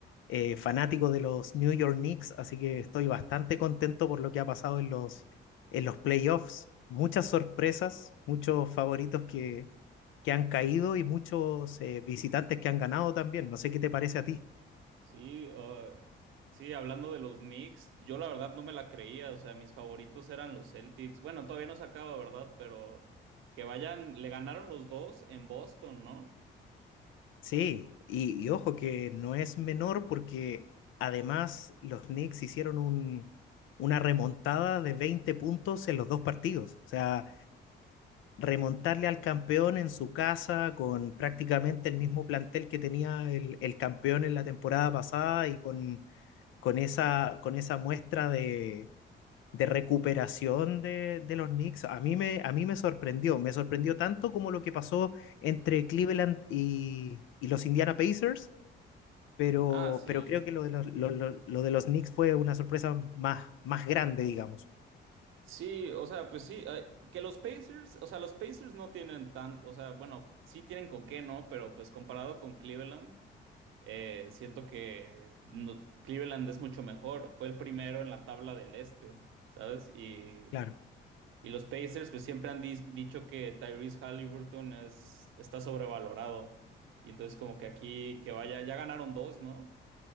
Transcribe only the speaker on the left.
eh, fanático de los New York Knicks, así que estoy bastante contento por lo que ha pasado en los, en los playoffs. Muchas sorpresas, muchos favoritos que, que han caído y muchos eh, visitantes que han ganado también. No sé qué te parece a ti.
Sí, y, y ojo que no es menor porque además los Knicks hicieron un, una remontada de 20 puntos en los dos partidos. O sea, remontarle al campeón en su casa con prácticamente el mismo plantel que tenía el, el campeón en la temporada pasada y con, con esa, con esa muestra de, de recuperación de, de los Knicks, a mí me, a mí me sorprendió. Me sorprendió tanto como lo que pasó entre Cleveland y y los Indiana Pacers pero,
pero creo que lo de los, lo, lo- lo de los Knicks fue una sorpresa más, más grande, digamos.
Claro.